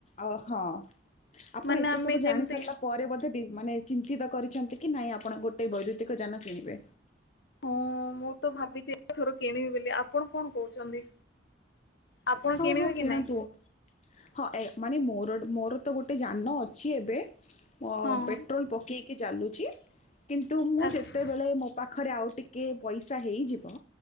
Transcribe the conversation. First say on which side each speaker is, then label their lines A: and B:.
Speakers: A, on the left; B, on the left.
A: ଅ ହଁ ଆପଣ
B: ମାନେ
A: ଏତେ
B: ଆମେ
A: ସବୁ ଜାଣି
B: ଯେମିତି
A: ସାରିଲା। ପରେ ବୋଧେ ବି ମାନେ ଚିନ୍ତିତ କରିଛନ୍ତି କି ନାାଇଁ ଆପଣ ଗୋଟେ ବୈଦ୍ୟୁତିକ ଯାନ କିଣିବେ।
B: ହଁ ମୁଁ ତ ଭାବିଛି ଏଥର କିଣିବି ବୋଲି ଆପଣ କଣ କହୁଛନ୍ତି? ଆପଣ
A: ହଁ
B: କିଣିବେ
A: ହଁ
B: କି
A: କିଣନ୍ତୁ।
B: ନାଇଁ?
A: ହଁ ଏ ମାନେ ମୋର ମୋର ତ ଗୋଟେ ଯାନିଲ ଅଛି ଏବେ।
B: ହଁ
A: ପେଟ୍ରୋଲ ପକେଇକି ଚାଲୁଚି କିନ୍ତୁ ମୁଁ
B: ଆଚ୍ଛା
A: ଯେତବେଳେ ମୋ ପାଖ ଖରେ ଆଉ ଟିକେ ପଇସା ହେଇଯିବ